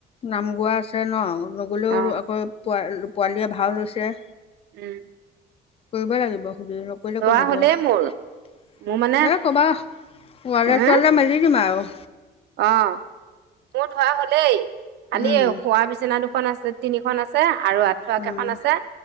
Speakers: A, on the left; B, on the right.
A: নাম গোৱা আছে ন নগ'লেও
B: অ
A: আকৌ প পোৱালীয়ে ভাও লৈছে।
B: উম
A: কৰিব লাগিব সুধ নকৰিলে
B: ধোৱা
A: ক'ত হ'ব
B: হ'লেই মোৰ মোৰ মানে
A: এ ক'বা ৱালে
B: হা
A: চোৱালে মাৰিম। মেলি দিম আৰু
B: অ মোৰ ধুৱা হ'লেই খালি
A: উম
B: এই শুৱা বিচনাটো দু খন আছে তিনিখন আছে আৰু আঠুৱা
A: উম
B: কেইখন আছে